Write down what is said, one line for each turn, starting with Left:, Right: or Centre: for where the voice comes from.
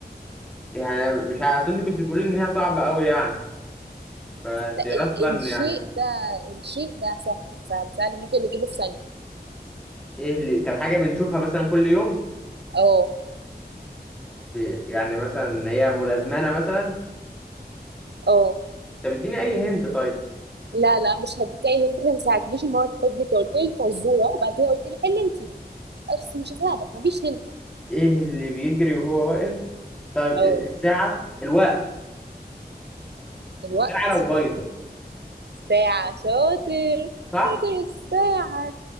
Centre: يعني أنا مش عارف اصل انت كنت بتقولي ان هي صعبه قوي يعني فانت
Right: لا
Centre: اصلا
Right: ال الشيء
Centre: يعني
Right: ده الشيء ده سهل سهل سهل ممكن نجيبه في ثانية
Centre: ايه اللي طب حاجه بنشوفها مثلا كل يوم
Right: اه
Centre: ب- يعني مثلا هي ملازمانه مثلا
Right: اه
Centre: طب اديني اي هنت طيب
Right: لا لا مش هديك اي هنت انا ما ساعدتنيش المرة اللي فاتت انت قلت لي فزورة وبعد كده قلت لي حل انت بس مش هساعدك مفيش هنت
Centre: ايه اللي بيجري وهو واقف طيب
Right: اه
Centre: إيه، الساعه الوقت
Right: الوقت
Centre: الساعه لو بايظه
Right: ساعة شاطر
Centre: صح
Right: شاطر الساعة